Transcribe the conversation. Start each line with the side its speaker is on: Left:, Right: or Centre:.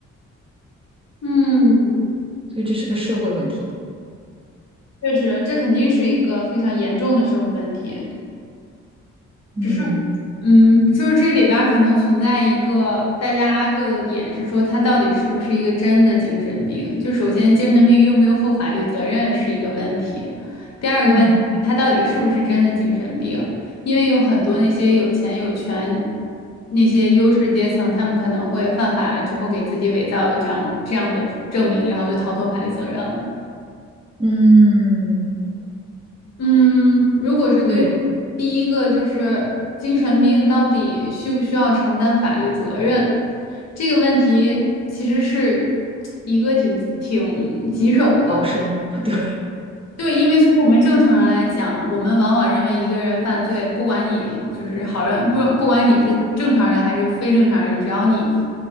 Left: 嗯，
Right: 所以这是个社会问题。
Left: 确实，这肯定是一个非常严重的社会问题。
Right: 嗯
Left: 只是，嗯，就是这里边儿可能存在一个大家 argue 的点是说，他到底是不是一个真的精神病？就首先，精神病用不用负法律责任是一个问题，第二个问题是他到底是不是真的精神病？
Right: 嗯
Left: 因为有很多那些有钱有权那些优势阶层，他们可能会犯法了之后，给自己伪造一张这样的证明，然后就逃脱法律责任了。
Right: 嗯，
Left: 嗯，如果是对于第一个就是精神病到底需不需要承担法律责任
Right: 对，
Left: 这个问题，其实是一个挺挺棘手的。
Right: 高深，<laughs> 对
Left: 对，因为从我们正常人来讲，我们往往认为一个人犯罪，不管你就是好人，不不管你是正常人还是非正常人，只要你